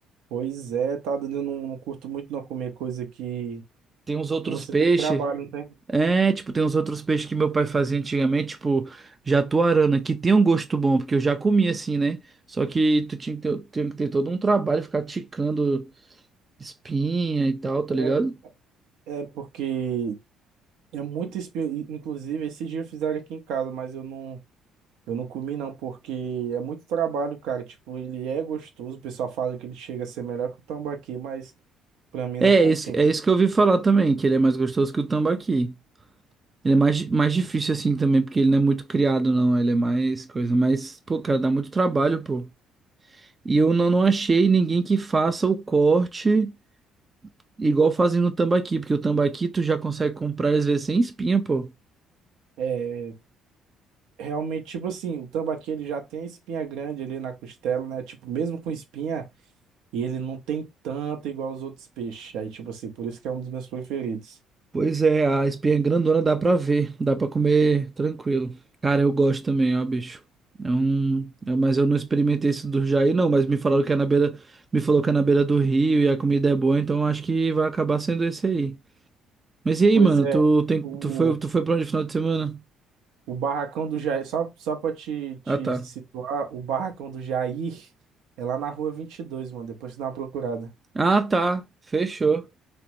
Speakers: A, on the right; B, on the right.
A: Pois é, tá dando. Eu não, não curto muito não comer coisa que,
B: Tem uns
A: que
B: outros
A: você
B: peixes.
A: tem trabalho, não tem?
B: É, tipo, tem uns outros peixes que meu pai fazia antigamente, tipo, jatuarana, que tem um gosto bom, porque eu já comi assim, né? Só que tu tinha que ter, tinha que ter todo um trabalho, ficar ticando espinha e tal, tá ligado?
A: É, é porque é muito espinha. Inclusive, esse dia fizeram aqui em casa, mas eu não. Eu não comi não, porque é muito trabalho, cara. Tipo, ele é gostoso. O pessoal fala que ele chega a ser melhor que o tambaqui, mas pra mim
B: É,
A: não compensa.
B: isso, é isso que eu ouvi falar também, que ele é mais gostoso que o tambaqui. Ele é mais, mais difícil assim também, porque ele não é muito criado, não. Ele é mais coisa, mas, pô, cara, dá muito trabalho, pô. E eu não, não achei ninguém que faça o corte igual fazendo o tambaqui, porque o tambaqui tu já consegue comprar às vezes sem espinha, pô.
A: É, realmente, tipo assim, o tambaqui ele já tem a espinha grande ali na costela, né? Tipo, mesmo com espinha, ele não tem tanta igual os outros peixes. Aí, tipo assim, por isso que é um dos meus preferidos.
B: Pois é, a espinha grandona dá pra ver, dá pra comer tranquilo. Cara, eu gosto também, ó, bicho. É um, é- mas eu não experimentei esse do Jair, não, mas me falaram que é na beira, me falou que é na beira do rio e a comida é boa, então acho que vai acabar sendo esse aí. Mas e aí,
A: Pois
B: mano,
A: é,
B: tu tem,
A: o,
B: tu foi, tu foi pra onde final de semana?
A: o barracão do Jair, só, só pra te, te
B: Ah, tá.
A: situar, o barracão do Jair é lá na rua Vinte e Dois mano. Depois tu dá uma procurada.
B: Ah, tá. Fechou.